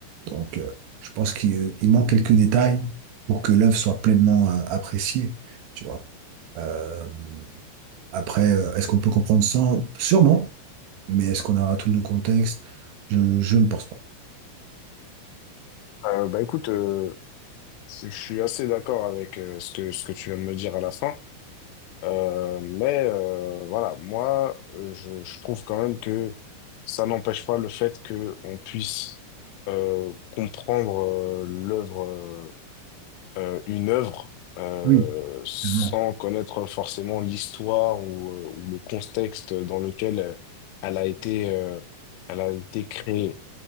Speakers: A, on the right (about 70°); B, on the left (about 80°).
A: Donc, euh, je pense qu'il euh, il manque quelques détails pour que l'œuvre soit pleinement euh, appréciée, tu vois. Euh, après, euh, est-ce qu'on peut comprendre sans? Sûrement. Mais est-ce qu'on aura tout le contexte? Je, je ne pense pas.
B: Euh, bah écoute, euh, je je suis assez d'accord avec euh, ce que, ce que tu viens de me dire à la fin. Euh, mais euh, voilà, moi, euh, je, je trouve quand même que ça n'empêche pas le fait qu'on puisse euh, comprendre euh, l'œuvre, euh, euh, une œuvre, euh,
A: Oui,
B: sans
A: tellement.
B: connaître forcément l'histoire ou, euh, ou le contexte dans lequel euh, elle a été, euh, elle a été créée.